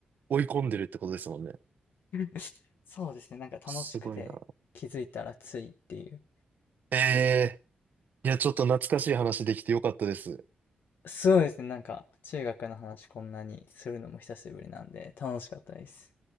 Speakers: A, on the right; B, on the left.
A: 追い込んでるってことですもんね。
B: <laughs> そうですね、なんか楽しくて気づいたらついっていう。
A: すごいな。ええいや、ちょっと懐かしい話できてよかったです。
B: そうですね、なんか中学の話こんなにするのも久しぶりなんで楽しかったです。